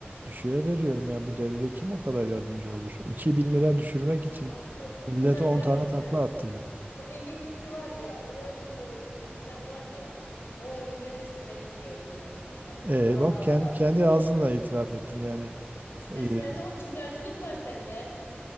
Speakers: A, on the right; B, on the left.
A: düşüğe veriyorum ya. Bu devirde kim o kadar yardımcı olur? 2 bin lira düşürmek için
B: Abi,
A: millet
B: sen
A: 10
B: var
A: tane
B: ya sen.
A: takla attı.
B: O evin içi var ya, o ev gibi olsun. Sen var ya, o evi verirsin 50'ye elliye. Sen.
A: E
B: Aa,
A: bak kendi,
B: abi,
A: kendi
B: bilmiyor
A: ağzınla
B: muyum?
A: itiraf ettin yani.
B: İşte
A: E,
B: sende o çıkarcılık var sende.